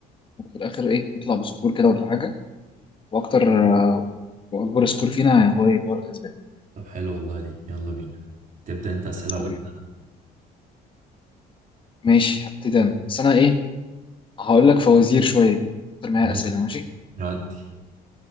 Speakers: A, on the left; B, on the right.
A: وفي الاخر ايه نطلع بسكور كده ولا حاجه واكتر آه، واكبر سكور فينا هو يبقى هو الكسبان
B: طب حلو والله دي يلا بينا تبدأ انت اسئلة ولا
A: طيب
B: ابدأ انا
A: ماشي هبتدي انا بس انا ايه هقول لك فوازير شويه كده اكتر معايا
B: ماشي
A: اسئله ماشي
B: نودي